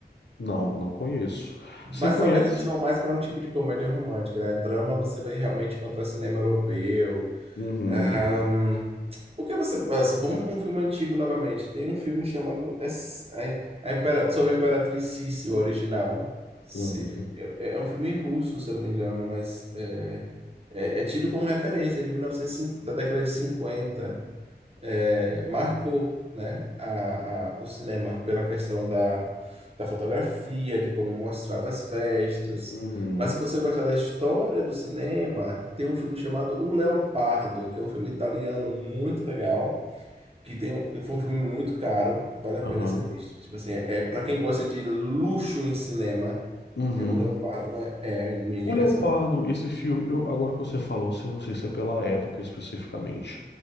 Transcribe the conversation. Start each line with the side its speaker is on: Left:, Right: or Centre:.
Left: não, não conheço.
Right: Mas
Left: Você conhece?
Right: talvez eles vão mais para um tipo de comédia romântica, né? Drama você vai realmente encontrar cinema europeu,
Left: Uhum,
Right: Ahn, por você. ah, se- Vamos para um filme antigo novamente. Tem um filme chamado é, S- é, a Impera- sobre a Imperatriz Sissi, o original. Se-
Left: uhum,
Right: É é um filme russo, se eu não me engano, mas é, é, é tido como referência, é de 1950, da década de 50 é, marcou, né, a, a- o cinema pela questão da, da fotografia, de como mostrava as festas.
Left: uhum,
Right: Mas se você gostar da história do cinema, tem um filme chamado O Leopardo, que é um filme italiano muito legal, que tem um, que foi um filme muito caro, vale a pena
Left: aham,
Right: ser visto. Tipo assim, é, para quem gosta de luxo em cinema,
Left: uhum,
Right: é O Leopardo, é, é a minha indicação.
Left: O Leopardo, esse filme, eu- agora que você falou, assim, eu não sei se é pela época especificamente,